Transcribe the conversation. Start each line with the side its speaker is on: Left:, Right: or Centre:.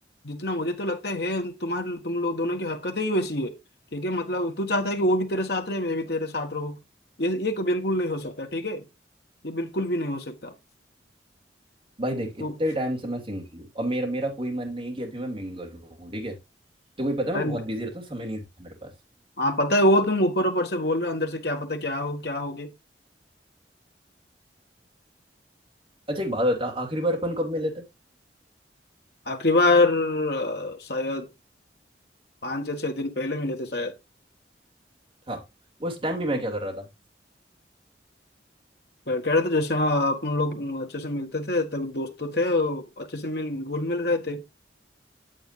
Left: जितना मुझे तो लगता है तुम्हारे तुम लोग दोनों की हरकतें ही वैसी है ठीक है मतलब तू चाहता है कि वो भी तेरे साथ रहे मैं भी तेरे साथ रहूं ये ये क- बिल्कुल नहीं हो सकता ठीक है ये बिल्कुल भी नहीं हो सकता
Right: भाई देख
Left: तो
Right: इतने टाइम से मैं सिंगल हूँ और मेरा मेरा कोई मन नहीं है कि अभी मैं मिंगल हूँ ठीक है तो कोई पता है
Left: अरे
Right: मैं
Left: न-
Right: बहुत बिजी रहता हूँ समय नहीं रहता मेरे पास
Left: हाँ पता है वो तुम ऊपर ऊपर से बोल रहे हो अंदर से क्या पता क्या हो क्या होगे
Right: अच्छा एक बात बता आखिरी बार अपन कब मिले थे
Left: आखिरी बार अ, शायद पाँच या छह दिन पहले मिले थे शायद
Right: हाँ उस टाइम भी मैं क्या कर रहा था
Left: कह कह रहे थे जैसे हाँ, अपन लोग अच्छे से मिलते थे तब दोस्त तो थे अच्छे से मिल घुल मिल रहे थे